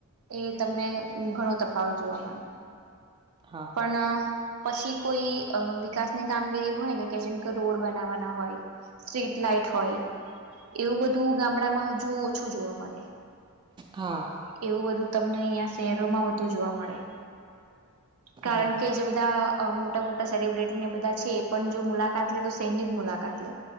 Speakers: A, on the right; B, on the right.
A: એ તમને ઘણો તફાવત જોવા મળે.
B: હા,
A: પણ પછી કોઈ વિકાસની કામગીરી હોય, ને કે જેમ કે રોડ બનાવવાના હોય, સ્ટ્રીટ લાાઈટ હોય, એવું બધું ગામડામાં હજુ ઓછું જોવા મળે.
B: હા,
A: એવું બધું. તમને અહીંયા શહેરોમાં જોવા મળે, કારણ
B: હા,
A: કે જે બધા મોટા મોટા સેલિબ્રિટીને બધા છે, એ પણ જો મુલાકાત લે, તો સહેજ મુલાકાત લે.